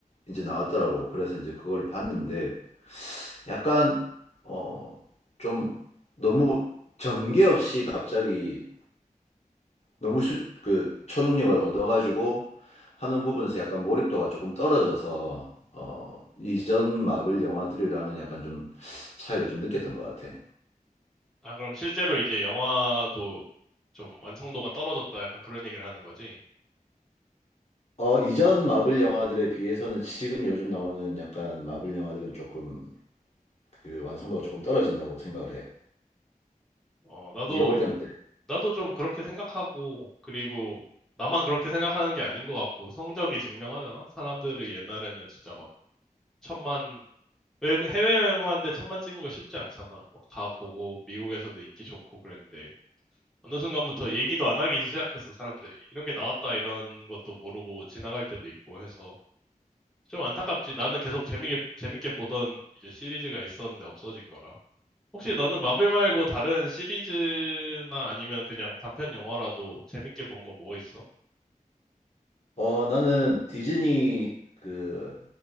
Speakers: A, on the left; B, in the centre.
A: 이제 나왔더라고. 그래서 이제 그걸 봤는데 약간 어 좀 너무 전개 없이 갑자기 너무 슈, 그 초능력을 얻어가지고 하는 부분에서 약간 몰입도가 조금 떨어져서 어 이전 마블 영화들이랑은 약간 좀 차이를 좀 느꼈던 것 같아.
B: 아, 그럼 실제로 이제 영화도 좀 완성도가 떨어졌다 약간 그런 얘기를 하는 거지?
A: 어, 이전 마블 영화들에 비해서는 지금 요즘 나오는 약간 마블 영화들은 조금 그 완성도가 조금 떨어진다고 생각을 해.
B: 어, 나도
A: 네가 볼 때는 어때?
B: 나도 좀 그렇게 생각하고, 그리고 나만 그렇게 생각하는 게 아닌 것 같고, 성적이 증명하잖아? 사람들이 옛날에는 진짜 막 천만, 외국, 해외여행 하는데 천만 찍는 거 쉽지 않잖아. 막 다 보고, 미국에서도 인기 좋고 그랬는데, 어느 순간부터 얘기도 안 하기 시작했어, 사람들이. 이런 게 나왔다, 이런 것도 모르고 지나갈 때도 있고 해서. 좀 안타깝지. 나는 계속 재미게, 재밌게 보던 이제 시리즈가 있었는데 없어진 거라. 혹시 너는 마블 말고 다른 시리즈나 아니면 그냥 단편 영화라도 재밌게 본 거 뭐 있어?
A: 어, 나는 디즈니 그